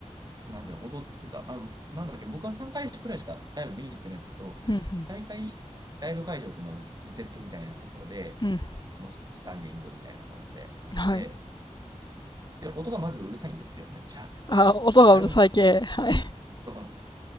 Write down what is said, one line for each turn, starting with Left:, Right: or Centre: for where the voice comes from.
Right: なんていうの、踊ってた。あ、なんだっけ、僕は3回くらいしかライブ見に行ってないんですけど、
Left: うん、
Right: 大体ライブ会場っていうのはゼップみたいなところで、
Left: うん。うん。
Right: もうスタンディングみたいな感じでやってて、
Left: はい。
Right: で、音がまずうるさいんですよ、めっちゃ。
Left: あ、音がうるさい系。
Right: <laughs> 大音量で。
Left: はい。
Right: そう、